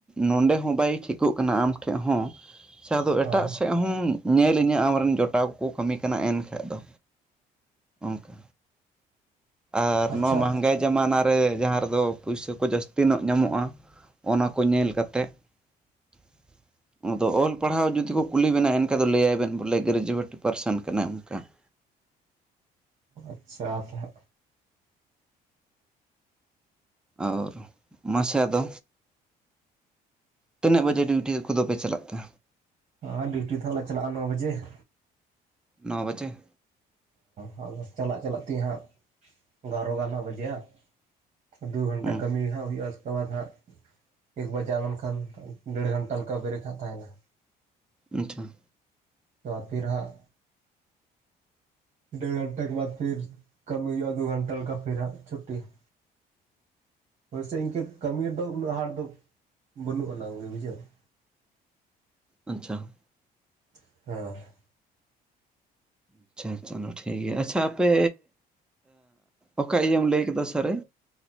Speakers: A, in the centre; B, on the right.
A: ᱱᱚᱰᱮ ᱦᱚᱸ ᱵᱟᱭ ᱴᱷᱤᱠᱚᱜ ᱠᱟᱱᱟ ᱟᱢ ᱴᱷᱮᱡ ᱦᱚᱸᱼᱼ ᱥᱮ ᱟᱫᱚ ᱮᱴᱟᱜ
B: ᱦᱮᱸ
A: ᱥᱮᱫᱼᱼ ᱦᱚᱸ ᱧᱮᱞᱟᱹᱧ ᱦᱟᱸᱜ ᱟᱢᱨᱮᱱ ᱡᱚᱴᱟᱣ ᱠᱚᱠᱚ ᱠᱟᱹᱢᱤ ᱠᱟᱱᱟ ᱮᱱᱠᱷᱟᱡ ᱫᱚ ᱚᱱᱠᱟᱼᱼ ᱟᱨ
B: ᱟᱪᱪᱷᱟ
A: ᱱᱚᱣᱟ ᱢᱟᱸᱦᱜᱟᱭ ᱡᱟᱢᱟᱱᱟ ᱨᱮ ᱡᱟᱦᱟᱸ ᱨᱮᱫᱚ ᱯᱩᱭᱥᱟᱹ ᱠᱚ ᱡᱟᱹᱥᱛᱤ ᱱᱚᱜ ᱧᱟᱢᱚᱜᱼᱟ ᱼᱼ ᱚᱱᱟ ᱠᱚ ᱧᱮᱞ ᱠᱟᱛᱮᱜ ᱾ ᱟᱫᱚ ᱚᱞ ᱯᱟᱲᱦᱟᱣ ᱡᱩᱫᱤ ᱠᱚ ᱠᱩᱞᱤ ᱵᱮᱱᱟ ᱮᱱᱠᱷᱟᱡ ᱫᱚ ᱞᱟᱹᱭᱟᱭ ᱵᱮᱱ ᱵᱚᱞᱮ ᱜᱨᱮᱡᱩᱭᱮᱴ ᱯᱟᱨᱥᱮᱱ ᱠᱟᱱᱟᱭ ᱚᱱᱠᱟ ᱾
B: ᱟᱪᱪᱷᱟ ᱼᱼ
A: ᱟᱨ ᱢᱟᱥᱮ ᱟᱫᱚᱼᱼ ᱛᱤᱱᱟᱹᱜ ᱵᱟᱡᱮ ᱰᱤᱭᱩᱴᱤ ᱠᱚᱫᱚ ᱯᱮ ᱪᱟᱞᱟᱜ ᱛᱮ?
B: ᱦᱚᱸ ᱰᱤᱭᱩᱴᱤ ᱛᱚᱞᱮ ᱪᱟᱞᱟᱜᱼᱟ ᱱᱚ ᱵᱟᱡᱮ ᱾
A: ᱱᱚ ᱵᱟᱡᱮ ᱾
B: ᱦᱚᱸ ᱟᱫᱚ ᱪᱟᱞᱟᱜ ᱪᱟᱞᱟᱜ ᱛᱮ ᱦᱟᱸᱜ ᱜᱟᱨᱚ ᱜᱟᱱ ᱦᱟᱸᱜ ᱵᱟᱡᱮᱜᱼᱟ ᱾ ᱫᱩ ᱜᱷᱚᱱᱴᱟ
A: ᱦᱩᱸ
B: ᱠᱟᱹᱢᱤ ᱦᱟᱸᱜ ᱦᱩᱭᱩᱜᱼᱟ, ᱩᱥᱠᱮ ᱵᱟᱫ ᱦᱟᱸᱜᱼᱼ ᱮᱠ ᱵᱟᱡᱟᱣ ᱞᱮᱱᱠᱷᱟᱱ ᱰᱮᱹᱲ ᱜᱷᱚᱱᱴᱟ ᱞᱮᱠᱟ ᱵᱮᱨᱮᱠ ᱦᱟᱸᱜ ᱛᱟᱦᱮᱱᱟ ᱾
A: ᱟᱪᱷᱟ ᱾
B: ᱛᱚ ᱯᱷᱤᱨ ᱦᱟᱸᱜᱼᱼ ᱰᱮᱹᱲ ᱜᱚᱱᱴᱟ ᱵᱟᱫ ᱯᱷᱤᱨ ᱠᱟᱹᱢᱤ ᱦᱩᱭᱩᱜᱼᱟ ᱫᱩ ᱜᱚᱱᱴᱟ ᱞᱮᱠᱟ, ᱯᱷᱤᱨ ᱦᱟᱸᱜ ᱪᱷᱩᱴᱤ ᱾ <unintelligible> ᱤᱱᱠᱟᱹ ᱠᱟᱹᱢᱤ ᱨᱮᱫᱚ ᱩᱱᱟᱹᱜ ᱦᱟᱰ ᱫᱚ ᱵᱟᱹᱱᱩᱜ ᱟᱱᱟᱝ ᱜᱮ ᱵᱩᱡᱷᱟᱹᱣ ᱾
A: ᱟᱪᱪᱷᱟ ᱾
B: ᱦᱮᱸ ᱾
A: ᱟᱪᱪᱷᱟ ᱟᱪᱪᱷᱟ ᱚᱱᱟ ᱴᱷᱤᱠ ᱜᱮᱭᱟ, ᱟᱪᱪᱷᱟ ᱟᱯᱮᱻ ᱚᱠᱟ ᱤᱭᱟᱹᱢ ᱞᱟᱹᱭ ᱠᱮᱫᱟ ᱥᱟᱨᱮ?